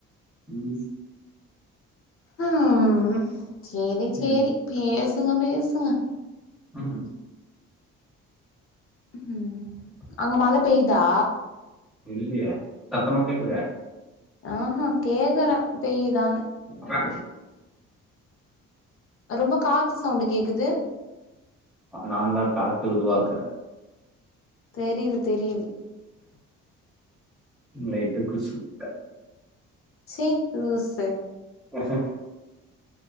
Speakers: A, in the centre; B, on the left (about 45°).
A: ம்
B: அமா செரி செரி
A: ம்
B: பேசுங்க பேசுங்க
A: ம்ஹி
B: ம் அங்க மழ பெயுதா
A: இல்லியெ சத்தமா கேக்குது
B: அஹ கேக்குற பெய்யுதான்னு
A: ஆ
B: ரொம்ப காத்து சவுண்டு் கேக்குது
A: நான் தா காத்து உருவாக்குறே
B: தெரியுது தெரியுது
A: லைட்டா குசு உட்டே
B: ச்சை லூசு
A: சத்